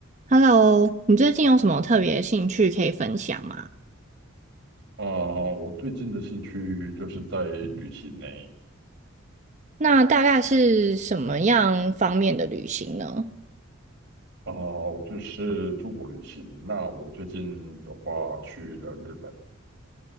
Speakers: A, on the right (about 35°); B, on the right (about 50°).
A: Hello，你最近有什么特别兴趣可以分享吗？
B: 啊、我最近的兴趣就是在旅行呢。
A: 那大概是什么样方面的旅行呢？
B: 啊、我就是出国旅行。那我最近的话去了日本